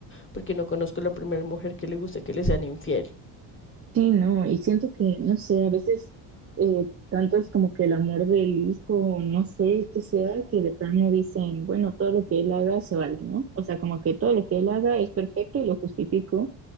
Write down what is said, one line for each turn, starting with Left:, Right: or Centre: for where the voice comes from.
Left: porque no conozco la primera mujer que le guste que le sean infiel.
Right: Sí, no, y siento que, no sé, a veces eh, tanto es como que el amor del hijo, no sé qué sea, que de plano dicen, bueno, todo lo que él haga se vale, ¿no? O sea, como que todo lo que él haga es perfecto y lo justifico.